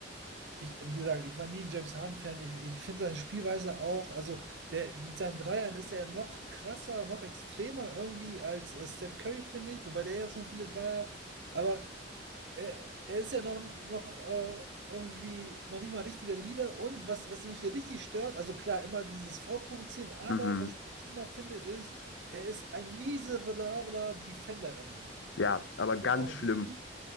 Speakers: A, on the right; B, on the left.
A: ich, wie gesagt, ich war nie ein James Harden-Fan. Ich, ich finde seine Spielweise auch, also der mit seinen Dreiern ist er ja noch krasser, noch extremer irgendwie als äh, Steph Curry, finde ich, wobei der ja schon viele Dreier, aber Er, er ist ja noch, noch äh, irgendwie noch nicht mal richtiger Leader. Und was, was mich hier richtig stört, also klar, immer dieses Vorprovozieren, aber
B: Mhm.
A: was ich auch schlimmer finde, ist, er ist ein miserabler Defender irgendwie.
B: Ja, aber ganz
A: Oh,
B: schlimm.
A: der Typ,